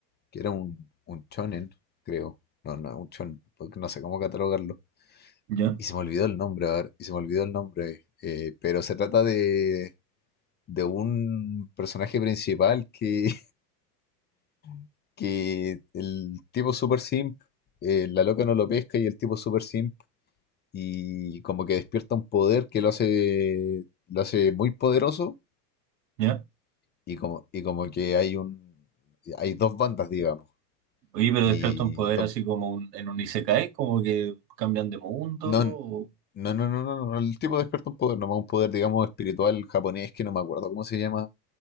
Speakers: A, on the left; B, on the right.
A: que era un, un shonen, creo. No, no, un shonen, porque no sé cómo catalogarlo.
B: ya,
A: Y se me olvidó el nombre, a ver, y se me olvidó el nombre. eh, pero se trata de, de un personaje principal que, <laughs> que el tipo super simp, eh, la loca no lo pesca y el tipo super simp y como que despierta un poder que lo hace, lo hace muy poderoso
B: ya.
A: y como, y como que hay un, hay dos bandas, digamos,
B: Oye, pero
A: y
B: despiertan poder
A: dos-
B: así como un- en un Isekai, como que cambian de mundo,
A: no,
B: o
A: no, no, no, no, no, el tipo despierta un poder, nomás un poder, digamos, espiritual japonés que no me acuerdo cómo se llama,